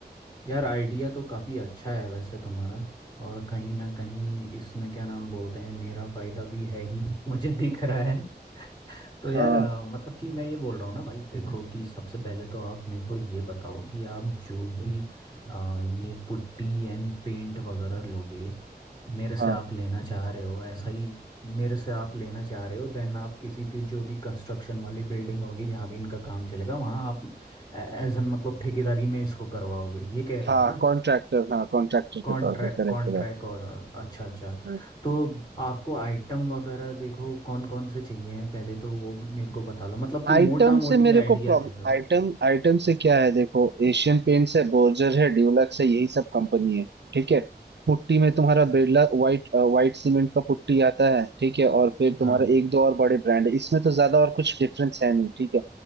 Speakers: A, on the left; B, on the right.
A: यार आइडिया तो काफ़ी अच्छा है वैसे तुम्हारा और कहीं ना कहीं इसमें क्या नाम बोलते हैं मेरा फायदा भी है ही <laughs> मुझे दिख रहा है तो यार
B: हाँ
A: अ, मतलब कि मैं ये बोल रहा हूँ ना भाई देखो कि सबसे पहले तो आप मेरे को ये बताओ कि आप जो भी अ, ये पुट्टी एंड पेंट वगैरह लोगे मेरे से
B: हाँ
A: आप लेना चाह रहे हो ऐसा ही मेरे से आप लेना चाह रहे हो देन आप किसी फिर जो भी कंस्ट्रक्शन वाली बिल्डिंग होगी जहाँ भी इनका काम चलेगा वहाँ आप एज एन मतलब ठेकेदारी में इसको करवाओगे ये कह रहे
B: हाँ
A: हो ना
B: कॉन्ट्रैक्टर हाँ कॉन्ट्रैक्टर के
A: कॉन्ट्रैक्ट
B: तौर पे करेक्ट
A: कॉन्ट्रैक्ट
B: करेक्ट
A: और अच्छा अच्छा
B: हाँ
A: तो आपको आइटम वगैरह देखो कौन कौन से चाहिए हैं पहले तो वो मेरे को बता लो मतलब कि
B: आइटम
A: मोटा मोटी
B: से मेरे
A: आइडिया
B: को प्रॉब्लम
A: दे दो
B: आइटम आइटम से क्या है देखो एशियन पेंट्स है बोर्जर है ड्यूलक्स है यही सब कंपनी है ठीक है पुट्टी में तुम्हारा बिरला व्हाइट व्हाइट सीमेंट का पुट्टी आता है ठीक है और फिर तुम्हारा
A: हाँ
B: एक दो और बड़े ब्रांड है इसमें तो ज्यादा और कुछ डिफरेंस है नहीं ठीक है